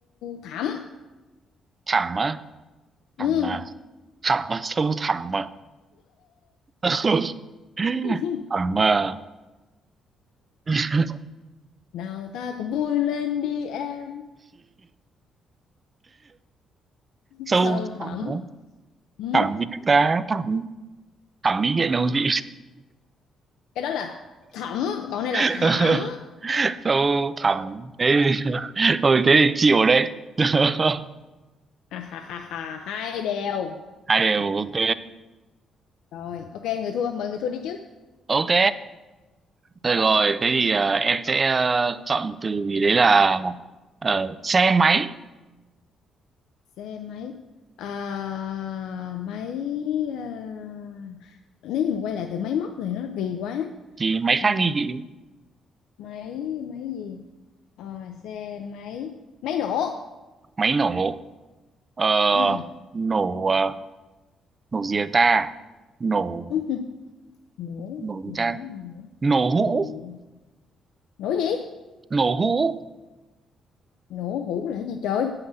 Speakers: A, on the left; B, on the right.
A: thẳm
B: thẳm á thẳm
A: ừ.
B: à thẳm à sâu thẳm à <laughs>
A: <laughs>
B: thẳm à <laughs>
A: nào ta cùng vui lên đi em
B: sâu
A: sâu thẳm
B: thẳm á
A: ừ.
B: thẳm gì ta thẳm thẩm mỹ viện đâu chị
A: cái đó là thẳm còn đây
B: <laughs>
A: là thảm
B: sâu thẳm thế thôi thế thì chịu đấy <laughs>
A: à, ha, ha, ha, hai đều
B: hai đều ok
A: rồi ok người thua mời người thua đi chứ
B: ok rồi rồi thế thì ờ, em sẽ ờ, chọn một từ gì đấy là ờ, xe máy
A: xe máy à, máy à, nếu như mà quay lại từ máy móc thì nó kỳ quá
B: thì máy
A: à,
B: khác đi chị
A: máy máy gì Ờ, xe máy máy nổ
B: máy nổ Ờ,
A: ừ.
B: nổ ờ, nổ gì ta nổ
A: <laughs> nổ
B: nổ gì
A: nổ
B: ta
A: nổ
B: nổ hũ
A: nổ nổ gì
B: nổ hũ
A: nổ hũ là gì trời